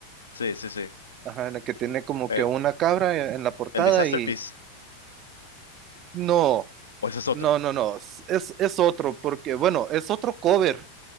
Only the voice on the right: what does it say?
ajá, en el que tiene como
que una cabra en la portada
y
no,
no, no, no, es, es otro, porque bueno, es otro cover,